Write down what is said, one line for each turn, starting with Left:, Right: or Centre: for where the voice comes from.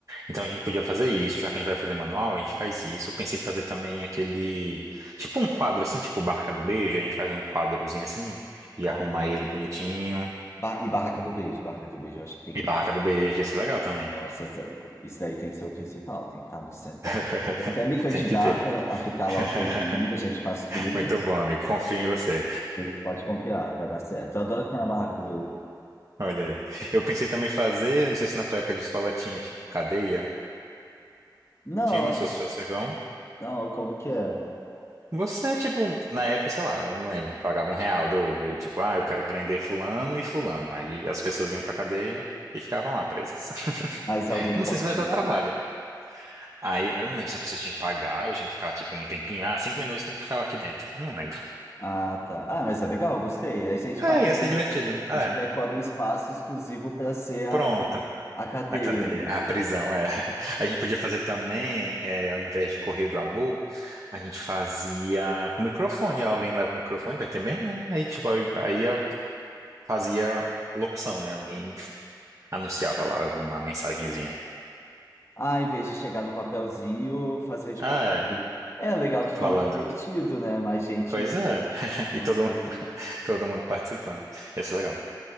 Right: Então a gente podia fazer isso, já que a gente vai fazer manual, a gente faz isso. Eu pensei em fazer também aquele, tipo um quadro assim, tipo Barraca do Beijo, a gente faz um quadrozinho assim e
Left: Ah,
Right: arruma ele bonitinho.
Left: ba- E barraca do beijo, barraca do beijo, eu acho que tem
Right: E
Left: que.
Right: Barraca do Beijo, ia ser legal também.
Left: Nossa, isso daí tem que ser o principal, tem que estar no centro da.
Right: <laughs>
Left: Eu até me candidato
Right: Tem que ter.
Left: a ficar
Right: <laughs>
Left: lá um tempinho, a gente faz turnos,
Right: Muito bom, amigo. Confio em você.
Left: você pode confiar, vai dar certo. Eu adoro ficar na barraca do beijo.
Right: Olha aí. Eu pensei também em fazer, não sei se na tua época de escola tinha, tipo, cadeia.
Left: Não,
Right: Tinha na sua São João.
Left: não, como que é?
Right: Você, tipo, na época, sei lá, eu não lembro, pagava um real, dois, aí tipo, ah, eu quero prender fulano e fulano. Aí as pessoas iam pra cadeia e ficavam lá presas. <laughs>
Left: Mas alguém
Right: Não
Left: pode
Right: sei se vai
Left: tirar?
Right: dar trabalho. Aí eu não lembro se a pessoa tinha que pagar ou tinha que ficar, tipo, um tempinho, ah, cinco minutos tem que ficar aqui dentro. Eu não lembro.
Left: Ah, tá. Ah, mas é legal, gostei. Aí a gente
Right: Ah,
Left: faz,
Right: ia ser
Left: um-
Right: divertido. Ah,
Left: a gente
Right: é.
Left: decora um espaço exclusivo para ser a,
Right: Pronto.
Left: a cadeira.
Right: A cadeia, a prisão, é. <laughs> A gente podia fazer também, é, ao invés de correr do amor, a gente fazia com microfone. Alguém leva o microfone, vai ter mesmo, né? Aí, tipo, aí aí fazia locução, né? Alguém anunciava lá alguma mensagenzinha.
Left: Ah, em vez de chegar no papelzinho, fazer tipo.
Right: Ah, é,
Left: É legal que fica
Right: falando.
Left: mais divertido, né? Mais gente
Right: Pois é. <laughs> E
Left: consegue.
Right: todo mundo, <laughs> todo mundo participando. Ia ser legal.